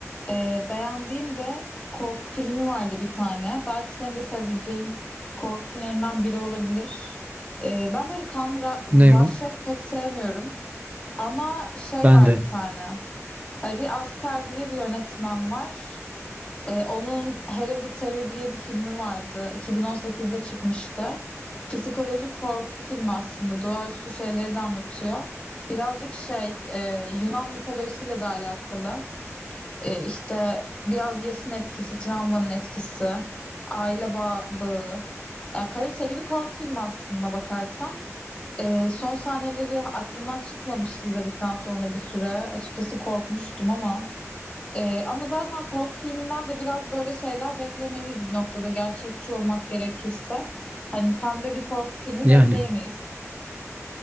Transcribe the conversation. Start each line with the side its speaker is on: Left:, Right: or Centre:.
Left: Ee, beğendiğim de korku filmi vardı bir tane. Belki senin de sevebileceğin korku filmlerinden biri olabilir. Ee, ben böyle kan, ra-
Right: Ne
Left: vahşet
Right: o?
Left: pek sevmiyorum. Ama şey
Right: Ben
Left: var
Right: de.
Left: bir tane. Ari Aster diye bir yönetmen var. Ee, onun Hereditary diye bir filmi vardı. 2018'de çıkmıştı. Psikolojik korku filmi aslında. Doğaüstü şeyleri de anlatıyor. Birazcık şey, e, Yunan mitolojisiyle de alakalı. E, işte biraz yasın etkisi, travmanın etkisi, aile bağ bağı. Yani kaliteli bir korku filmi aslında bakarsan. E, son sahneleri aklımdan çıkmamıştı izledikten sonra bir süre. Açıkçası korkmuştum ama. E, ama zaten korku filminden de biraz böyle şeyler beklemeliyiz bir noktada gerçekçi olmak gerekirse. Hani pembe bir korku filmi
Right: Yani.
Left: bekleyemeyiz.